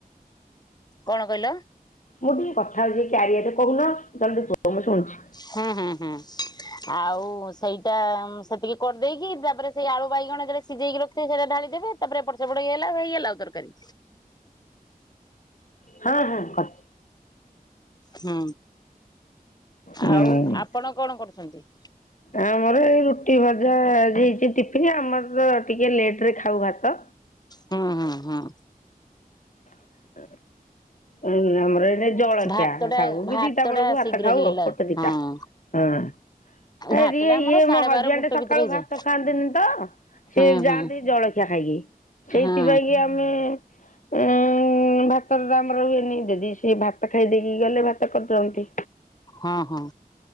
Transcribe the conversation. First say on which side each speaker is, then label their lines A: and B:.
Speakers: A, on the left; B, on the left.
A: କଣ କହିଲ?
B: ମୁଁ ଟିକେ କଥା ହଉଛି, କାରିୟାରେ କହୁନ ଜଲଦି କୁହ ମୁଁ ଶୁଣୁଛି
A: ହୁଁ ହୁଁ ହୁଁ ଆଉ ସେଇଟା ସେତିକି କରିଦେଇକି, ତାପରେ ସେଇ ଆଳୁ, ବାଇଗଣ ଯେତେବେଳେ ସିଝେଇକି ରଖିଥିବେ ସେଇଟା ଢାଳି ଦେବେ ତାପରେ ଏପଟ ସେପଟ ହେଇଗଲା ହେଇଗଲା ତରକାରୀ <inaudible>
B: ହଁ ହଁ।
A: ହୁଁ
B: ହୁଁ
A: ଆଉ ଆପଣ କଣ କରୁଛନ୍ତି?
B: ଆମର ଏଇ ରୁଟି ଭଜା ଆଜି ହେଇଛି ଟିଫିନ୍ ଆମର ତ ଟିକେ ଲେଟରେ ଖାଉ ଭାତ
A: ହୁଁ ହୁଁ ହୁଁ।
B: <inaudible> ଆମର ଏଇନେ ଜଳଖିଆ
A: ଭାତ ଟା
B: ଖାଉ
A: ଭାତ
B: କି ଦିଟା ବେଳକୁ
A: ଟା
B: ଭାତ
A: ଶୀଘ୍ର
B: ଖାଉ
A: ହେଇଗଲା।
B: ଆଉ ଗୋଟେ ଦିଟା।
A: ହଁ।
B: ହଁ। ଏ
A: ଭାତ
B: ଟିକେ
A: ଟା ଆମର
B: ଇଏ
A: ସାଢେ
B: ମୋ ହଜବେଣ୍ଡ
A: ବାର ଗୋଟେ
B: ସକାଳୁ
A: ଭିତରେ ହେଇଯାଏ।
B: ଭାତ ଖାଆନ୍ତିନି ତ ସିଏ
A: ହୁଁ
B: ଯାଆନ୍ତି
A: ହୁଁ।
B: ଜଳଖି ଖାଇକି ସେଇଥିପାଇଁକି
A: ହଁ।
B: ଆମେ ଉ ଭାତର ଆମର ହୁଏନି ଜଦି ସିଏ ଭାତ ଖାଇ ଦେଇେକି ଗଲେ ଭାତ କରିଦିଅନ୍ତି
A: ହଁ ହଁ